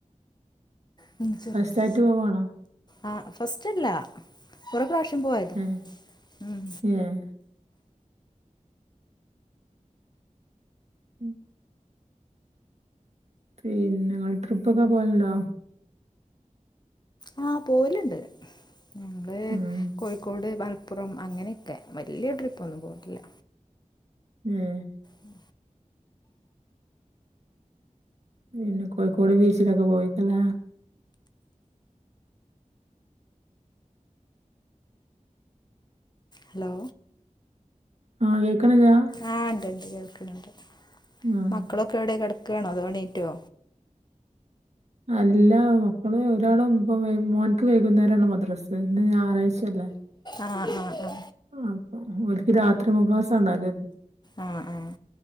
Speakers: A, on the left (about 30°); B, on the right (about 55°).
A: മം ചെറുത്
B: ഫസ്റ്റായിട്ട് പോവാണോ
A: ആ ഫസ്റ്റല്ല കൊറെ പ്രാവശ്യം പോയതാ
B: ഏഹ്
A: ഉം
B: ഏഹ് ഉം പിന്നെ ങ്ങള് ട്രിപ്പൊക്കെ പോവല് ണ്ടോ
A: ആ പോവല്ണ്ട് ഞങ്ങൾ
B: ഉം
A: കോഴിക്കോട് മ പ്പുറം അങ്ങനെയൊക്കെ വല്യ ട്ട്രിപ്പൊന്നും പോവൽല്ല
B: ഉം
A: ഉം
B: പിന്നെ കോഴിക്കോട് ബീചിലൊക്കെ പോയിക്ക്ലെ
A: ഹലോ
B: ആഹ് കേക്ക്ണില്ലാ
A: ആഹ് ഉണ്ട് ണ്ട് കേൾക്കുന്നുണ്ട്.
B: ആഹ്
A: മക്കളൊക്കെ എവിടെ കെടക്കണോ അതോ എണീറ്റോ?
B: അല്ല മക്കള് ഒരാളും ഒമ്പേ മോൻക്ക് വൈകുന്നേരാണ് മദ്രസ് ഇന്ന് ഞായറാഴ്ച അല്ലേ.
A: ആഹ് ആ ആ
B: ആഹ് അപ്പൊ ഒൽക്ക് രാത്രി മൂ ക്ലാസ്സ ഉണ്ടാകല്
A: ആഹ് ആഹ്